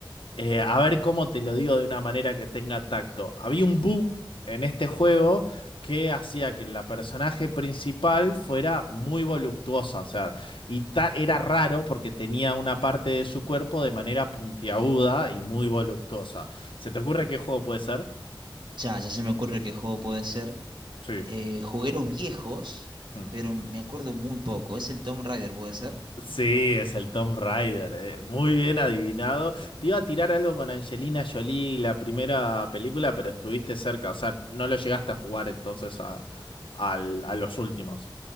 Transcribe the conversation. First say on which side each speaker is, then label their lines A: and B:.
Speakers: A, on the left; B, on the right.
A: Eh, a ver cómo te lo digo de una manera que tenga tacto. Había un bug en este juego que hacía que la personaje principal fuera muy voluptuosa, o sea, y ta- era raro porque tenía una parte de su cuerpo de manera puntiaguda y muy voluptuosa. ¿Se te ocurre qué juego puede ser?
B: Ya, ya se me ocurre qué juego puede ser.
A: Sí.
B: Eh, jugué los viejos,
A: Mm.
B: pero me acuerdo muy poco. ¿Es el Tomb Raider, puede ser?
A: Sí, es el Tom Raider. eh. Muy bien adivinado. Te iba a tirar algo con Angelina Jolie, la primera película, pero estuviste cerca. O sea, no lo llegaste a jugar entonces a, al- a los últimos.